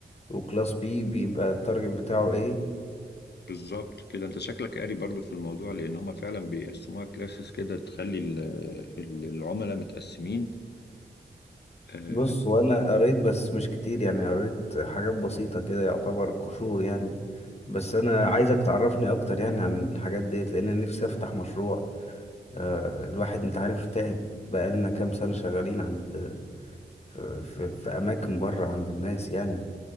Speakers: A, on the left; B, on the left.
A: وكلاس بي بيبقى التارجت بتاعه ايه
B: بالظبط كده انت شكلك قاري برضو في الموضوع لان هما فعلا بيقسموها كلاسز كده تخلي ال- ال- العملاء متقسمين آه
A: بص وانا قريت بس مش كتير يعني قريت حاجات بسيطة كده يعتبر قشور يعني بس انا عايزك تعرفني اكتر يعني عن الحاجات ديت لان أنا نفسي افتح مشروع آه، الواحد انت عارف تعب بقالنا كام سنة شغالين عند في, في, في اماكن بره عند الناس يعني